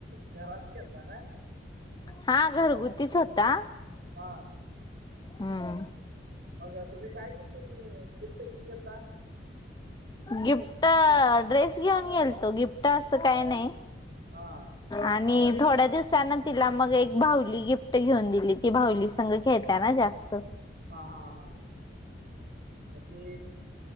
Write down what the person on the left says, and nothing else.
हा घरगुतीच होता.
हम्म.
गिफ्ट ड्रेस घेऊन गेलतो गिफ्ट असं काही नाही.
आणि थोड्या दिवसाांन तिला, मग एक भाऊली गिफ्ट घेऊन दिली ती भाऊली संग खेळत्या त्यांना जास्त